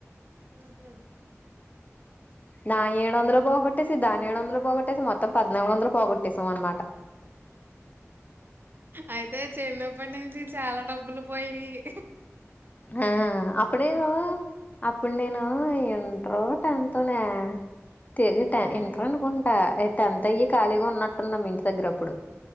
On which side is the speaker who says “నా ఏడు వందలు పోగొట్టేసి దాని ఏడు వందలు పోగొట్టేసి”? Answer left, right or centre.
Left